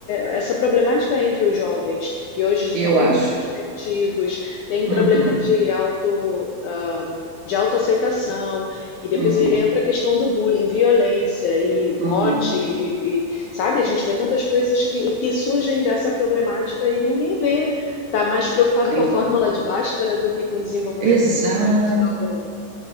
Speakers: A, on the left; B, on the right.
A: essa problemática entre os jovens, que hoje estão
B: Eu
A: muito
B: acho.
A: introspectivos, têm
B: Uhum,
A: problema de auto, ah, de autoaceitação, e depois
B: uhum,
A: entra a questão do bullying, violência e morte,
B: uhum,
A: e, e, sabe, a gente vê tantas coisas que, que surgem dessa problemática e ninguém vê, está mais preocupado
B: sem
A: com a fórmula
B: dúvida.
A: de Bhaskara do que com o desenvolvimento
B: Exato.
A: pessoal e emocional do aluno.